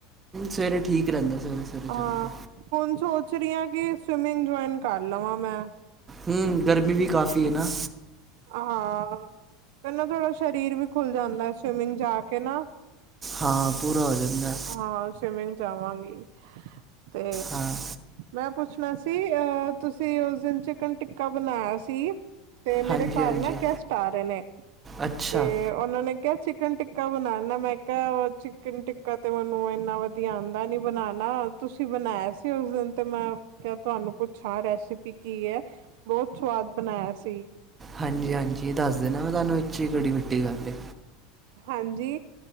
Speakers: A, on the right (about 15°); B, on the right (about 65°).
A: ਸਵੇਰੇ ਠੀਕ ਰਹਿੰਦਾ। ਸਵੇਰੇ ਸਵੇਰੇ
B: ਹਾਂ।
A: ਚੱਲਦਾ
B: ਹੁਣ, ਸੋਚ ਰਹੀ ਹਾਂ ਕਿ ਸਵਿਮਿੰਗ ਜੁਆਇਨ ਕਰ ਲਵਾਂ ਮੈਂ।
A: ਹੂੰ। ਗਰਮੀ ਵੀ ਕਾਫੀ ਹੈ ਨਾ।
B: ਹਾਂ। ਫੇਰ ਨਾ ਥੋੜਾ ਸਰੀਰ ਵੀ ਖੁੱਲ ਜਾਂਦਾ ਸਵਿਮਿੰਗ ਜਾ ਕੇ ਨਾ।
A: ਹਾਂ। ਪੂਰਾ ਹੋ ਜਾਂਦਾ।
B: ਹਾਂ ਸਵਿਮਿੰਗ ਜਾਵਾਂਗੀ। ਤੇ
A: ਹਾਂ
B: ਮੈਂ ਪੁੱਛਣਾ ਸੀ। ਤੁਸੀਂ ਉਸ ਦਿਨ ਚਿਕਨ ਟਿੱਕਾ ਬਣਾਇਆ ਸੀ। ਤੇ ਮੇਰੇ
A: ਹਾਂਜੀ
B: ਘਰ
A: ਹਾਂਜੀ
B: ਨਾ ਗੈਸਟ ਆ ਰਹੇ ਨੇ।
A: ਅੱਛਾ
B: ਤੇ ਉਹਨਾਂ ਨੇ ਕਿਹਾ, ਚਿਕਨ ਟਿਕਾ ਬਣਾਣਾ। ਮੈਂ ਕਿਹਾ ਚਿਕਨ ਟਿੱਕਾ ਤੇ ਮੈਨੂੰ ਇੰਨਾ ਵਧੀਆ ਆਦਾ ਨੀ ਬਣਾਉਣਾ। ਤੁਸੀਂ ਬਣਾਇਆ ਸੀ। ਉਸ ਦਿਨ ਤੇ ਮੈਂ ਕਿਆ ਤੁਹਾਨੂੰ ਪੁੱਛਾਂ ਰੈਸਿਪੀ ਕੀ ਹੈ। ਬਹੁਤ ਸਵਾਦ ਬਣਾਇਆ ਸੀ।
A: ਹਾਂਜੀ -ਹਾਂਜੀ ਦੱਸ ਦੇਣਾ ਮੈ ਤੁਹਾਨੂੰ ਏਹ ਚ ਕਿਹੜੀ ਵੱਡੀ ਗੱਲ ਹੈ।
B: ਹਾਂਜੀ।